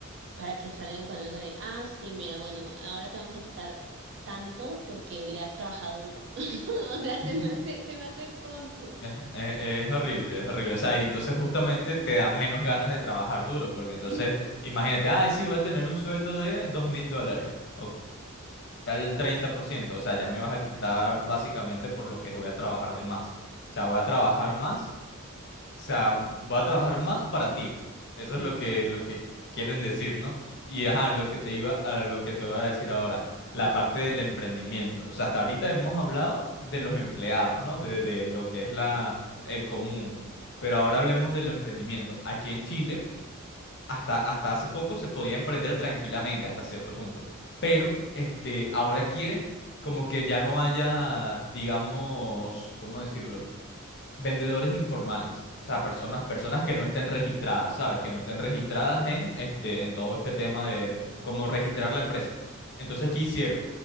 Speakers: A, on the right; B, on the left.
A: para que salgan con algo de, ah, sí, mira, bueno, ahora te vamos a quitar tanto porque le has trabajado duro. <laughs> O sea, se
B: Ujú.
A: me hace,
B: <laughs>
A: se me hace tonto.
B: Es, es- es horrible, es horrible. O sea, y entonces justamente te dan menos ganas de trabajar duro, porque entonces,
A: <laughs>
B: imagínate, ah, sí, voy a tener un sueldo de dos mil dólares. Ok, ya el 30%, o sea, ya me vas a quitar básicamente por lo que voy a trabajar de más. O sea, voy a trabajar más, o sea, voy a trabajar más para ti. Eso es lo que, lo que quieren decir, ¿no? Y ajá, lo que te iba, a lo que te voy a decir ahora, la parte del emprendimiento. O sea, hasta ahorita hemos hablado de los empleados, ¿no? De, de lo que es la, el común. Pero ahora hablemos del emprendimiento. Aquí en Chile hasta, hasta hace poco se podía emprender tranquilamente hasta cierto punto. Pero este, ahora quieren como que ya no haya, digamos, ¿cómo decirlo? vendedores informales, o sea, personas, personas que no estén registradas, ¿sabes? Que no estén registradas en este, en todo este tema de cómo registrar la empresa. Entonces, ¿qué hicieron?